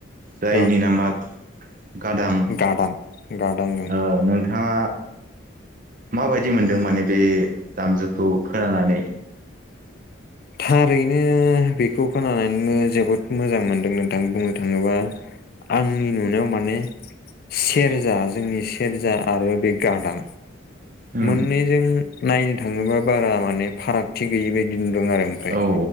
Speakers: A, on the right; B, on the left.
A: जायनि
B: ओं
A: नामा गादां
B: गादां गादां ओं
A: ओ नोंथाङा माबायदि मोनदों माने बे दामजुखौ खोनानानै
B: थारैनो बेखौ खोनानानैनो जोबोद मोजां मोनदों नोंथां बुंनो थाङोबा आंनि नुनायाव माने सेरजा जोंनि सेरजा आरो बे गादां
A: उम
B: मोननैजों नायनो थाङोबा बारा माने फारागथि गैयि बायदि नुदों आरो ओमफ्राय
A: औ